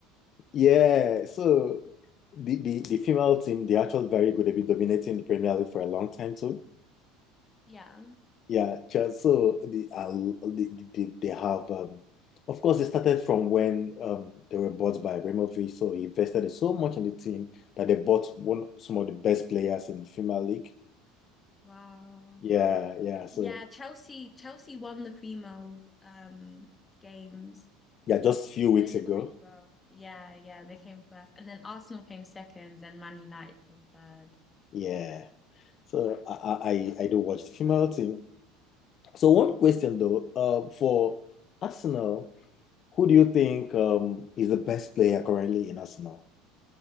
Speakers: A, on the left; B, on the left.
A: yeah. So the, the, the female team, they're actually very good. They've been dominating the Premier League for a long time too.
B: Yeah.
A: Yeah, Chelsea, so the, uh, the, the, the- they have, um, of course, they started from when um, they were bought by Abramovich. So he invested so much in the team that they bought one some of the best players in the female league.
B: Wow.
A: Yeah, yeah. So
B: Yeah, Chelsea Chelsea won the females um games.
A: yeah, just a few weeks
B: They did
A: ago.
B: really well. Yeah, yeah, they came first. And then Arsenal came second, then Man United came third.
A: Yeah. So
B: Mm.
A: I I I don't watch the female team. So one question though, um, for Arsenal, who do you think um is the best player currently in Arsenal?